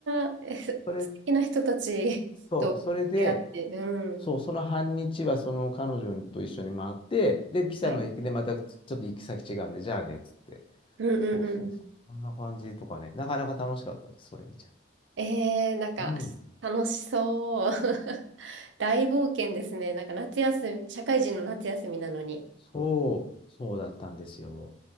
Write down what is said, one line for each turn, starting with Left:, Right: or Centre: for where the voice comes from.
Right: ん、<laughs> え素敵な人たちと出会って、
Left: それ、そう、それで、
Right: うん。
Left: そう、その半日はその彼女と一緒に回って、で、ピサの駅でまたちょっと行き先違うんで、
Right: はい。
Left: じゃあね、っつって。
Right: うんうんうん。
Left: そうそうそう。こんな感じとかね、なかなか楽しかったです、そういう意味じゃ。
Right: えー、なんか、
Left: うん。
Right: 楽しそう。<laughs> 大冒険ですね。なんか夏休み、社会人の夏休みなのに。
Left: そうそう、そうだったんですよ。